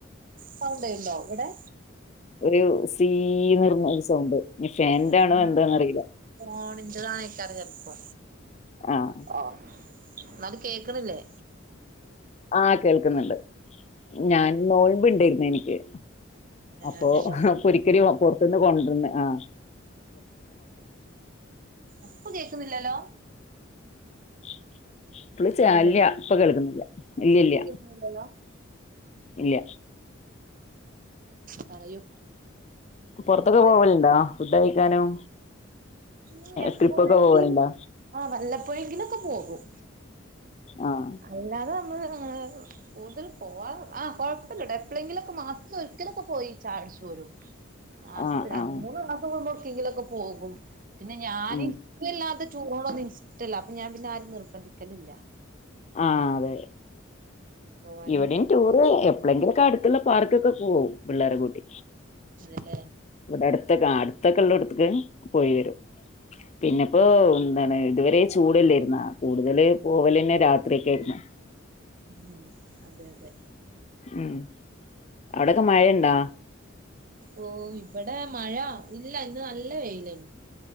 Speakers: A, on the right; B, on the left.
A: സൗണ്ട് ഇണ്ടോ? ഇവിടെ
B: ഒരു സീന്ന് പറഞ്ഞൊരു സൗണ്ട്. ഇനി ഫാനിന്റെ
A: <inaudible>
B: ആണോ എന്താന്നറിയില്ല.
A: ഫോണിന്റെതായ്. തെരഞ്ഞെടുപ്പ്.
B: ആഹ്
A: ആഹ. എന്നാലും കേക്കണില്ലേ?
B: ആഹ കേൾക്കുന്നുണ്ട്, ഞാൻ നോൽമ്പ് ഇൻണ്ടായിരുന്ന് എനി ക്ക്. അപ്പൊ
A: അതെല്ലേ
B: ഹഅ പൊരികടി പൊ പൊറ്ത്ത്ന്ന് കൊണ്ട് വന്ന് ആഹ.
A: ഇപ്പ കേക്കുന്നില്ലല്ലോ?
B: <inaudible> ഇപ്പള് ചാലില
A: ഉണ്ടില്ലേ
B: ഇപ്പ കേൾക്കുന്നില്ല ഇല്ല, ഇല്ല.
A: കേക്കുന്നില്ലല്ലോ
B: ഇല്ല
A: പറയൂ
B: പൊറ്ത്തൊക്കെ
A: എന്നിട്ട്
B: പോവല്ണ്ടാ ഫുഡൊക്കെ കഴിക്കാനും
A: ഉം എപ്പോഴെങ്കിലും
B: ട്രിപ്പൊക്കെ പോവലുണ്ടോ?
A: ആ വല്ലപ്പ് പ്പോയെങ്കിലൊക്കെ പോകും
B: ആഹ്
A: അല്ലാതെ നമ്മള് കൂടുതൽ പോവാ ആഹ് കൊഴപ്പല്ലട്ടോ എപ്പളെങ്കിലൊക്കെ മാസത്തിലൊരിക്കലൊക്കെ പോയി ചായുട്ച്ച് പോരും മാസത്തില്
B: ആഹ്
A: രണ്ടു
B: ആഹ്
A: മൂന്ന് മാസം കൂടുമ്പോ ട്ടിങ്കിലൊക്കെ പോകും പിന്നെ ഞാന്
B: ഉം
A: ഇൻക്ക് വല്ലാതെ ചൂണൊന്നും ഇഷ്ടല്ല അപ്പൊ ഞാൻ പിന്നെ ആരിം നിർബന്ധിക്കലില്ല
B: ആഹ് അതെ
A: പോവാന്
B: ഇവിടീം ടൂർ എപ്പ് എപ്പ്ളങ്കിലൊക്കെ അട്ത്ത്ള്ള പാർക്ക്ക്കൊ പോവും പിള്ളേരെ കൂട്ടി
A: അതെല്ലേ
B: ഇവിടെ അടുത്ത്ക്ക് ആഹ് അടുത്തൊക്കെള്ളോട്ത്ക്ക് പോയി വരും പിന്നെപ്പോ എന്താണ് ഇതുവരെ ചൂടല്ലായിര്ന്നാ കൂടുതല് പോവലെന്നെ രാത് രാത്രിക്കെയിരുന്നു
A: ഉം അതെ അതെ
B: ഉം അവിടൊക്കെ മഴയ്ണ്ടാ
A: ഓ ഇവടെ മഴ ഇല്ല ഇന്ന് നല്ല വെയിലേനു